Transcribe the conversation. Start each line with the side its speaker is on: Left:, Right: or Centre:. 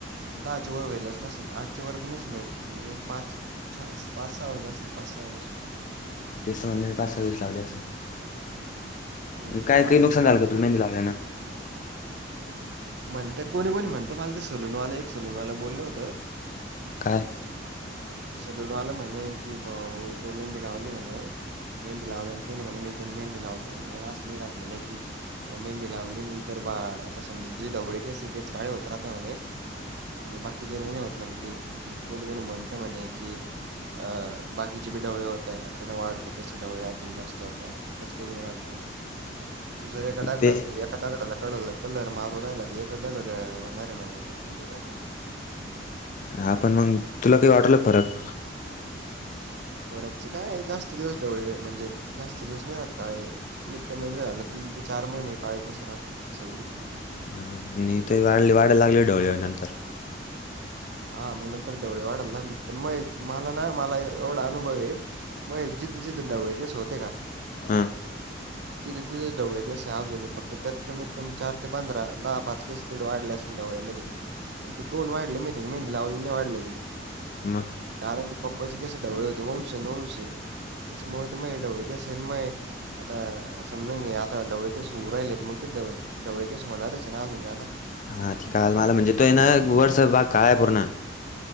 Right: दहाच्या वर वईलच नसन आठच्या वर बी नसून <unintelligible> म्हणजे पाच. चार पाच सहा होईल असेल पाच सहा वेळेस.
Left: तेच तर म्हणल पाच सहा वेळेस लावली असल.
Right: हं,
Left: काय काही नुकसान
Right: ते
Left: झाल
Right: वेळेस.
Left: का तुज मेहंदी लावल्यान?
Right: म्हणत कोणी कोणी म्हणत मला ते सलूनवाला एक सलूनवाला बोलल होत.
Left: काय?
Right: सलूनवाला म्हणे कि भाऊ तु मेहंदी लावली म्हणे. मेहंदी लावल्याने काही नाही म्हणे मी पण मेंहंदी लावतो म्हणे अस नि राहात म्हणे कि तो मेहंदी लावली. तर बा आता समजा जे ढवळे केस आहेत तेच काळे होत राहता म्हणे. आणि बाकीचाला नाही होत म्हणे काही कोण कोणी म्हनत म्हणे कि. अ बाकीचे बी डवळे होत्या त्यांना वाढते की असे डवळे आणखीन जास्त होत्या. तस काही नाही राहत म्हणे तू जर एका दगडा
Left: ते
Right: ढाल एका दगडाला कळल कलर मारू राहिला त एकच दगड होणारय म्हणे असं थोडी राहता म्हणे.
Left: हां पण मग तुला काही वाटला का फरक?
Right: फरकच काय जास्त दिवस डवळे म्हणजे जास्त दिवस नाही राहत काळे. कमीत कमी झाल तीन ते चार महिने काळे केस राहत फक्त सगळे.
Left: हा आणि ते वाढ वाढय लागले डवळे नंतर.
Right: हा मग नंतर ढवळे वाढायला लागले पण मग मला ना मला एवढा अनुभव आहे. माझे जिथे जिथे ढवळे केस होते का.
Left: हां
Right: तिथे तिथे ढवळे केस आहे अजून फक्त त्यात कमीत कमी चार ते पंधरा दहा पाच केस. तिवडे वाढले असन डवळ्यामध्ये आणि ते काऊन वाढले माहिती मेहंदी लावले नाही वाढले ते.
Left: मग
Right: कारण की पप्पाचे कसे ढवळे होते वंश वंश त्याच्यामुळ ते मये ढवळे कस मये. आता समजून घे आता ढवळे केस उगऊ राहिलेत मग तीथ. ढवळे केस होणारचयन ना अजून जादा.
Left: हां <unintelligible> आल मला म्हणजे तो आहे ना वरचाच भाग काळ आहे पूर्ण.